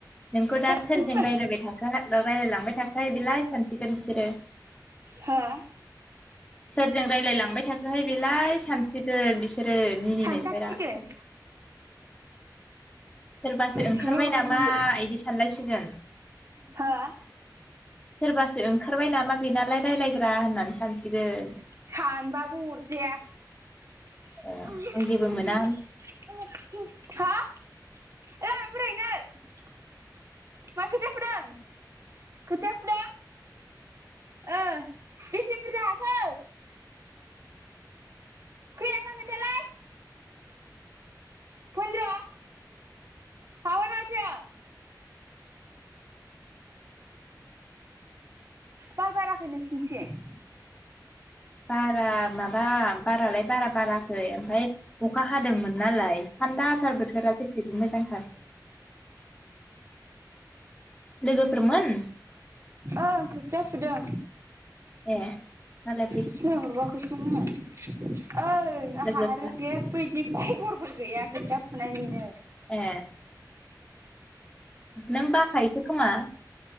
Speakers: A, on the left (about 15°); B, on the right (about 45°).
A: नोंखौ
B: फै
A: दा सोरजों
B: थिंथिं फै
A: रायलायबाय था रायलायलांबाय थाखायो बेलाय सानसिगोन बिसोरो
B: हो
A: सोरजों रायलाय लांबाय थाखोहाय बेलाय सानसिगोन बि सोरो मिनिनायफोरा
B: सानखासिगोन
A: सोरबासो ओंखारबाय
B: सैमा अरगोन
A: नामा
B: खोनसे
A: इदि सानलायसिगोन।
B: हो
A: सोरबासो ओंखारबाय नामा बेनालाय रायलायग्रा होननानै सानसिगोन।
B: सानबाबो अरजाया
A: ओ
B: हो
A: आं जेबो मोना
B: एलाय बेरायहैनो मा खोथियाफुदों खोथिया फुदों ओ बेसे बुरजा हाखो
A: <inaudible>
B: खै हाखो खोन्थालाय फन्द्र हाबाय माथो
A: <inaudible>
B: बार बाराखै नोंसिनिथिं
A: बारा माबा बारालाय बारा बाराखै ओमफफ्राय अखा हादोंमोन नालाय। थान्दा आसथार बोथोरा जेबेदि मोजांथार। लोगोफोरमोन।
B: ओं खोथिया फुदों।
A: ए नोंहालाय।
B: सिनायहरबाखैसोमोन आ ओइ आंहा
A: लोगोफ्रा
B: आरो जे बे खबरबो गैया खोथिया फुनायनिनो
A: ए नों बाखायोसो खोमा